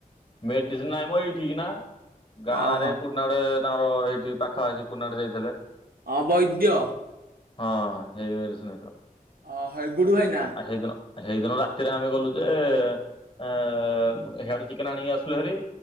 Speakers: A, on the left; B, on the right.
A: ମେଡିସିନ ନାଇଁମ ଏଇଠିକିନା ଗାଁ
B: ଓହୋ
A: ରେ କୁନଡେ ତାର ଏଇଠି ପାଖାପାଖି କୁନଡେ ଯାଇଥିଲେ।
B: ଅବୈଦ୍ୟ।
A: ହଁ ସେଇ ମେଡିସିନ ହେଇ ଥିବ।
B: ଅ ହେ ଗୁଡ଼ୁ ଭାଇନା।
A: ଆ ହେଇଦିନ ହେଇଦିନ ରାତିରେ ଆମେ ଗଲୁ ଯେ ଏଁ ହେଆଡୁ ଚିକେନ ଆଣିକି ଆସିଲୁ ହେରି